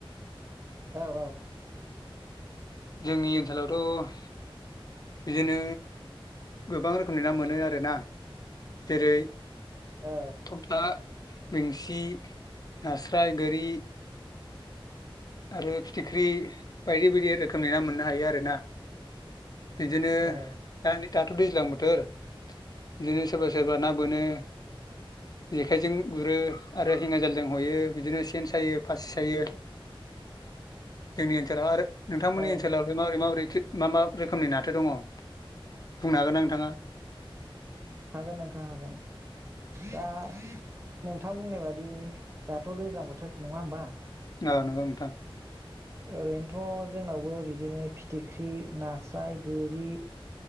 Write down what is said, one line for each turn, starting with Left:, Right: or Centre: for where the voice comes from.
Right: औ औ
Left: जोंनि ओनसोलावथ' बिदिनो गोबां रोखोमनि ना मोनो आरोना जेरै
Right: औ
Left: <unintelligible> बेंसि नास्राय गोरि आरो फिथिख्रि बायदि बायदि रोखोमनि ना मोननो हायो आरोना। बिदिनो
Right: औ
Left: <inaudible> दाथ' दैज्लां बोथोर बिदिनो सोरबा-सोरबा ना बोनो जेखाइजों गुरो आरो हिंगाजालजों हयो बिदिनो सेन सायो फासि सायो जोंनि ओनसोलाव आरो नोंथांमोननि
Right: औ
Left: ओनसोलावाहाय माबोरै माबोरै थो मा मा रोखोमनि नाथो दङ' बुंनो हागोनना नोंथाङा?
Right: हागोन नोंथां हागोन दा नोंथां बुंनाय बादि दाथ' दैज्लां बोथोर नङा होमबा?
Left: अ नंगौ नोंथां
Right: ओरैनोथ' जोंनावबो बिदिनो फिथिख्रि नास्राय गोरि